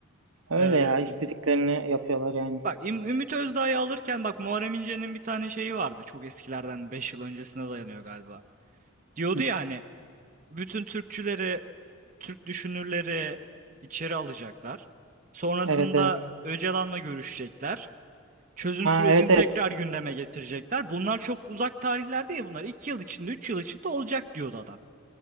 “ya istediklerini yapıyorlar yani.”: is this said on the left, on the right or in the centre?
Right